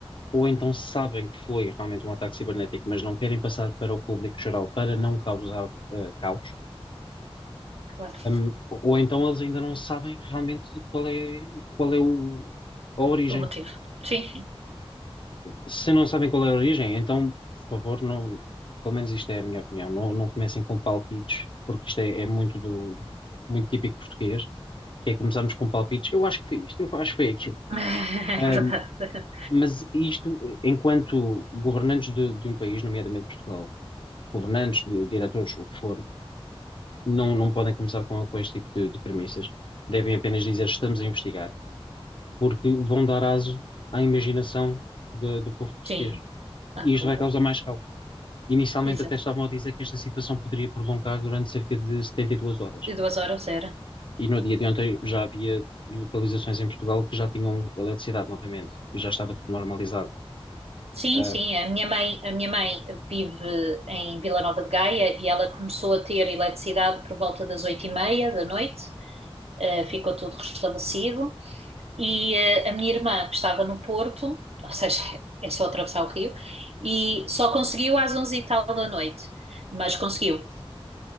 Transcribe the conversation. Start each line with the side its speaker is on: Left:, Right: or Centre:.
Left: ou então sabem que foi realmente um ataque cibernético, mas não querem passar para o público geral para não causar ah, caos,
Right: Claro.
Left: ou, ou então eles ainda não sabem realmente qual é, qual é o- a origem.
Right: O motivo. Sim, sim.
Left: Se não sabem qual é a origem, então, por favor, não, pelo menos isto é a minha opinião, não, não comecem com palpites, porque isto é, é muito do, muito típico português, que é começarmos com palpites. Eu acho que foi isto, eu acho que foi aquilo.
Right: <laughs>
Left: Ahm,
Right: É verdade.
Left: mas isto, eh, enquanto governantes de, de um país, nomeadamente Portugal, governantes, di- diretores, o que for, não, não podem começar com, com este tipo de, de premissas. Devem apenas dizer estamos a investigar, porque vão dar aso à imaginação de- do povo português.
Right: Sim. Ah,
Left: E
Right: claro.
Left: isto vai causar mais caos. Inicialmente
Right: Exato.
Left: até estavam a dizer que esta situação poderia prolongar durante cerca de 72 horas.
Right: De duas horas era.
Left: E no dia de ontem já havia localizações em Portugal que já tinham eletricidade novamente e já estava tudo normalizado.
Right: Sim,
Left: Ah,
Right: sim. A minha mãe, a minha mãe vive em Vila Nova de Gaia e ela começou a ter eletricidade por volta das oito e meia da noite. Uh, ficou tudo restabelecido. E uh, a minha irmã, que estava no Porto, <laughs> ou seja, é só atravessar o rio, e só conseguiu às 11 e tal da noite, mas conseguiu.